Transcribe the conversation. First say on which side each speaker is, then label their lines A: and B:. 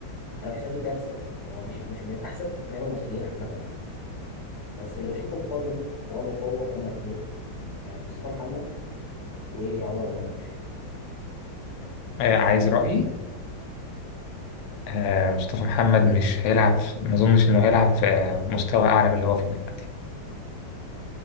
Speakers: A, on the left; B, on the left.
A: انا بحسها دي كارثه هو مش مش من احسن اللعيبه المصريين عامه بس اللي بشوفه قادم وبقوه هما اتنين آه، مصطفى محمد وعمر مرموش
B: آه، عايز
A: يعني
B: رأيي آه مصطفى محمد مش هيلعب في- ما أظنش إنه هيلعب في آه، مستوى أعلى من اللي هو فيه دلوقتي